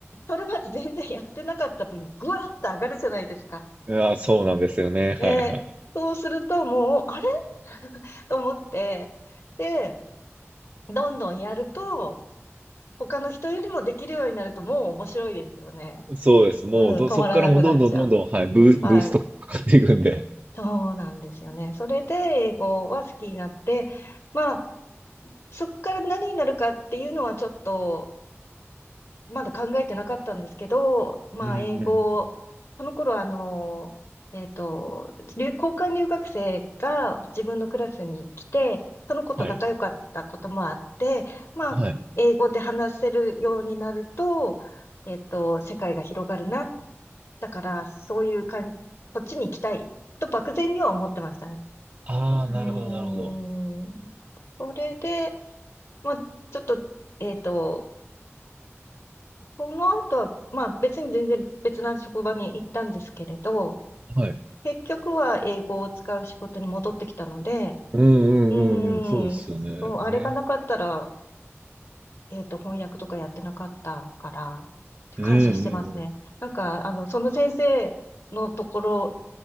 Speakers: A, on the left; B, on the right.
A: それまで全然やってなかった分、ぐわっと上がるじゃないですか。
B: いや、そうなんですよね。はいはい。
A: で、そうするともう、あれ <laughs> と思って、で、どんどんやると、他の人よりもできるようになると、もう面白いですよね。
B: そうです。もうど、
A: うん、止まらなくなっちゃう。
B: そこからもうどんどんどんどん、はい、ブー、
A: はい。
B: ブーストかかっていくんで。
A: そうなんですよね。それで、英語は好きになって、まあ、そっから何になるかっていうのはちょっと、まだ考えてなかったんですけど、まあ、
B: うんうんうん
A: 英語、その頃あの、えっと、留交換留学生が自分のクラスに来て、その子と仲良かったこともあって、
B: はい。
A: まあ、
B: はい。
A: 英語で話せるようになると、えっと、世界が広がるな。だから、そういうかん、そっちに行きたいと漠然には思ってましたね。
B: ああ、
A: うーん。
B: なるほど、なるほど。
A: それで、まあ、ちょっと、えっと、その後は、まあ別に全然別な職場に行ったんですけれど、
B: はい。
A: 結局は英語を使う仕事に戻ってきたので、
B: うんうんうんうん。
A: うーん、
B: そうですよね。
A: そう、あれがなかったら、
B: ね。
A: えっと、翻訳とかやってなかったから、
B: うんうんうん。
A: 感謝してますね。なんか、あの、その先生のところ